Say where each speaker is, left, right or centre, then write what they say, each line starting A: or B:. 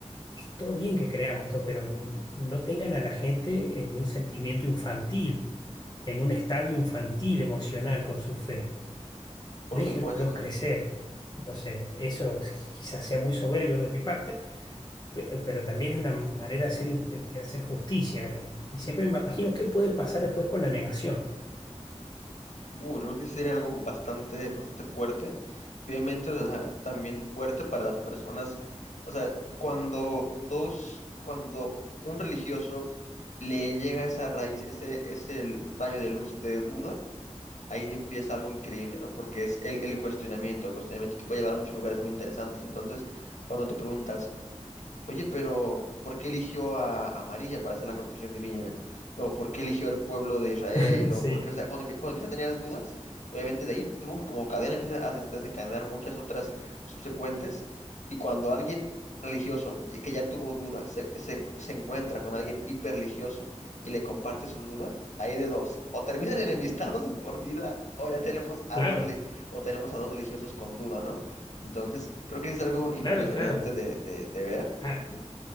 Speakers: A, on the left; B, on the left.
A: todo bien que creamos todo, pero n- no tengan a la gente en un sentimiento infantil, en un estadio infantil emocional con su fe.
B: Por
A: Déjenlos
B: supuesto.
A: crecer. No sé, eso s- quizás sea muy soberbio de mi parte, pe- pero, también es una manera de hacer, in- de hacer justicia. Y siempre me imagino qué puede pasar después con la negación.
B: Uh, creo que sería algo bastante, bastante fuerte. Y obviamente, o sea, también fuerte para las personas. O sea, cuando dos, cuando un religioso le llega esa raíz, ese, ese rayo de luz de duda ahí sí empieza algo increíble, ¿no? Porque es el, el cuestionamiento. El cuestionamiento te puede llevar a muchos lugares muy interesantes. Entonces, cuando te preguntas, Oye, pero ¿por qué eligió a, a María para hacer la concepción divina? ¿O por qué eligió el pueblo de Israel?
A: <laughs>
B: ¿O
A: Sí,
B: por qué? O sea, cuando, empie- cuando empieza a tener las dudas, obviamente de ahí, trum, como cadena empieza a des- desencadenar muchas otras subsecuentes. Y cuando alguien religioso ye- que ya tuvo dudas se, se- se encuentra con alguien hiperreligioso y le comparte su duda, hay de dos, o terminan <laughs> enemistados de por vida, o ya tenemos a
A: claro,
B: dos, reli- o tenemos a dos religiosos con duda, ¿no? Entonces, creo que es algo impresionante
A: claro, claro.
B: de de- de ver.
A: Ah,